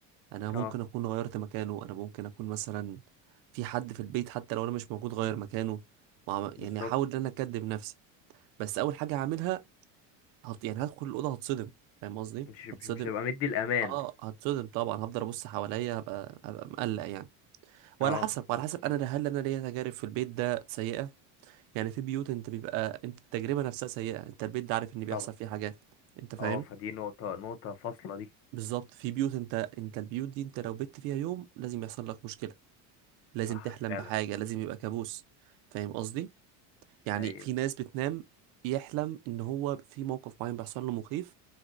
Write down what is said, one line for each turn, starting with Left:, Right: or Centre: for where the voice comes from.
Right: انا ممكن
Left: اه
Right: اكون غيرت مكانه انا ممكن اكون مثلا في حد في البيت حتى لو انا مش موجود غير مكانه مع...
Left: بالظبط
Right: يعني هحاول ان انا اكدب نفسي بس اول حاجه هعملها هت... يعني هدخل الاوضه هتصدم فاهم قصدي
Left: مش مش
Right: هتصدم
Left: مش هبقى مدي الامان
Right: اه هتصدم طبعا هفضل ابص حواليا هبقى هبقى مقلق يعني وعلى
Left: اه
Right: حسب وعلى حسب انا هل انا ليا تجارب في البيت ده سيئه يعني في بيوت انت بيبقى انت التجربه نفسها سيئه انت البيت ده عارف ان بيحصل
Left: طبعا
Right: فيه حاجات انت فاهم
Left: اه فدي نقطة نقطة فاصلة دي
Right: بالظبط في بيوت انت انت البيوت دي انت لو بت فيها يوم لازم يحصل لك مشكله لازم
Left: صح
Right: تحلم
Left: فعلا
Right: بحاجه لازم يبقى كابوس فاهم قصدي يعني
Left: ايوه
Right: في ناس بتنام يحلم ان هو في موقف معين بيحصل له مخيف